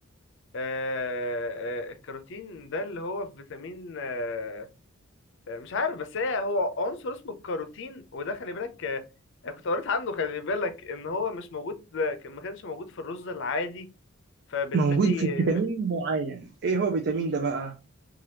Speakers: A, on the left; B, on the right.
A: آه، آه، الكاروتين ده اللي هو في فيتامين آه، آه، مش عارف بس هي هو عنصر اسمه الكاروتين وده خلي بالك آه، انا كنت قريت عنه خلي بالك ان هو مش موجود آه، ما كانش موجود في الرز العادي فبالتالي
B: موجود في فيتامين
A: آه،
B: معين ايه هو الفيتامين ده بقى